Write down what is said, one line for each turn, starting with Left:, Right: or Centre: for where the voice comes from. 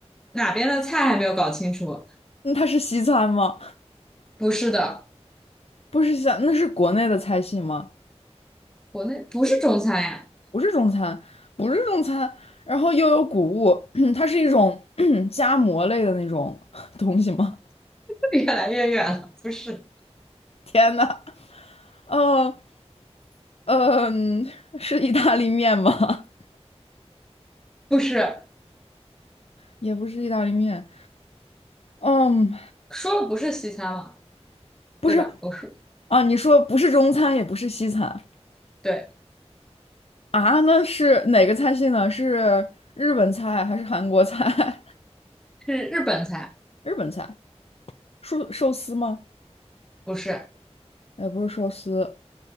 Centre: 哪边的菜还没有搞清楚。
Left: 那它是西餐吗？
Centre: 不是的，
Left: 不是西餐，那是国内的菜系吗？
Centre: 国内不是中餐呀，
Left: 不是中餐，不是中餐，然后又有谷物，<clears throat> 它是一种 <clears throat> 夹馍类的那种 <laughs> 东西吗？
Centre: <laughs> 越来越远了。不是，
Left: <laughs> 天呐，呃呃，嗯、是意大利面吗？<laughs>
Centre: 不是，
Left: 也不是意大利面，嗯，
Centre: 说了不是西餐嘛，
Left: 不是
Centre: 对吧？不是，
Left: 啊，你说不是中餐，也不是西餐
Centre: 对，
Left: 啊，那是哪个菜系呢？是日本菜还是韩国菜？
Centre: 是日本菜，
Left: <laughs> 日本菜，寿寿司吗？
Centre: 不是，
Left: 也不是寿司，